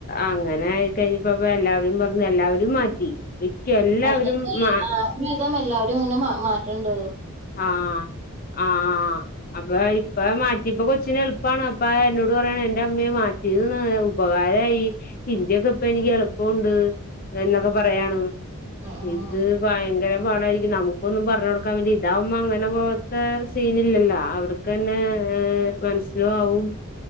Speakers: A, on the left (about 40°); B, on the right (about 30°).
A: അങ്ങനെ ആയി കഴിഞ്ഞപ്പ എല്ലാവരും പറഞ്ഞു എല്ലാവരും മാറ്റി എല്ലാവരും
B: ആതല്ല പിന്നെപ്പം എല്ലരും ഇങ്ങനെ മാറ്റ്ണ്ട്
A: ആഹ് ആ അപ്പൊ ഇപ്പം മാറ്റി ഇപ്പം കൊച്ചിനെ എളുപ്പമാണ് അപ്പ എന്നോട് പറയാണ് എന്റെ അമ്മയെ മാറ്റിയ ഉപകാരമായി ഇന്റെകൊപ്പ എനിക്ക് എളുപ്പുണ്ട് എന്നൊക്കെ പറയാണ്
B: ആ ആ
A: ഇത് ഭയങ്കര പാടായിരിക്കും നമുക്കൊന്നും പറഞ്ഞ കൊടുക്കൻ വേണ്ടി ഇതാവുമ്പോൾ മ അങ്ങനെ പോകാത്തെ സീനില്ലല്ലോ അവർക്ക് ക്കെന്നെ
B: ആ
A: ഏ മൻസ് ലോ ആവും